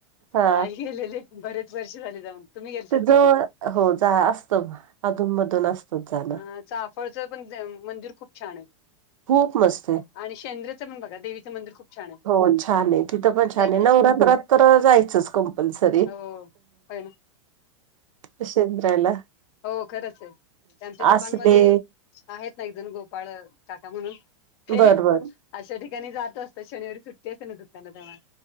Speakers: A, on the right; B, on the left.
A: हा
B: नाय गेलेले बरेच वर्ष झाले जाऊन. तुम्ही गेलतात
A: त्याज
B: का
A: हो जा असत अधून मधून असत जाण
B: अ चाफळच पण मंदिर खूप छान आहे.
A: खूप मस्तये.
B: आणि शेंद्रचं पण बघा देवीचंं मंदिर खूप छान
A: हो छान आहे तिथं पण छान
B: का
A: आहे
B: नाही
A: नवरात्रात तर जायचंच कंपल्सरी.
B: हो हाय ना
A: ते शेंद्रायला
B: हो खरंच ये त्यांचं दुकानमध्ये
A: असले
B: आहेत ना एक जण गोपाळ काका म्हणून ते
A: बर बर
B: अशा ठिकाणी जात असत शनिवारी सुट्टी असते ना दुकान तेव्हा